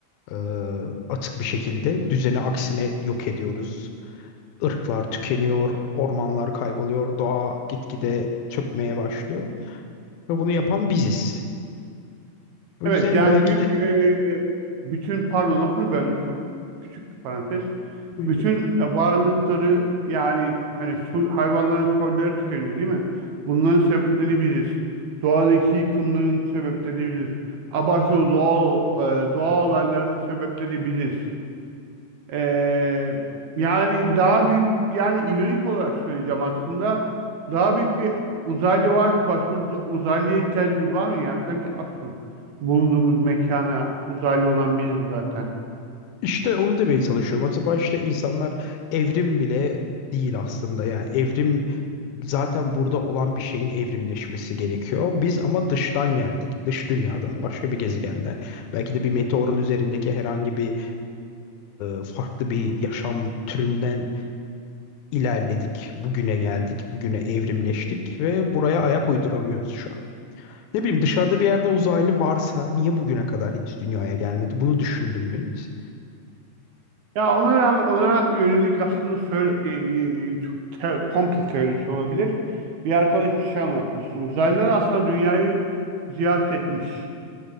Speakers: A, on the left; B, on the right.
A: E, açık bir şekilde düzeni aksine yok ediyoruz. Irklar tükeniyor, ormanlar kayboluyor, doğa gitgide çökmeye başlıyor. Ve bunu yapan biziz. O
B: Evet
A: yüzden
B: yani
A: belki
B: büyük
A: de...
B: e, bütün pardon lafını böldüm çok küçük bir parantez.
A: Buyur
B: Bütün
A: buyur.
B: e, varlıkları yani hani soy- hayvanların soyları tükeniyor değil mi? Bunların sebepleri biziz. Doğadaki yıkımların sebepleri biziz. Abartılı doğal e, doğal olayların sebepleri biziz. Ee, yani daha büyük yani ironik olarak söyleyeceğim aslında daha büyük bir uzaylı var başka uz- uzaylıya ihtiyacımız var mı ya? Sanki asıl bulunduğumuz mekana uzaylı olan biziz zaten.
A: İşte onu demeye çalışıyorum. Acaba işte insanlar evrim bile değil aslında. Yani evrim zaten burada olan bir şeyin evrimleşmesi gerekiyor. Biz ama dıştan geldik. Dış dünyadan, başka bir gezegenden. Belki de bir meteorun üzerindeki herhangi bir e, farklı bir yaşam türünden ilerledik. Bugüne geldik, bugüne evrimleştik ve buraya ayak uyduramıyoruz şu an. Ne bileyim dışarıda bir yerde uzaylı varsa niye bugüne kadar hiç dünyaya gelmedi? Bunu düşündün mü hiç?
B: Ya ona rağmen ona yönelik aslında söyle, e, e, çok te- komple teorisi olabilir. Bir arkadaş bir şey anlatmıştı. Uzaylılar aslında dünyayı ziyaret etmiş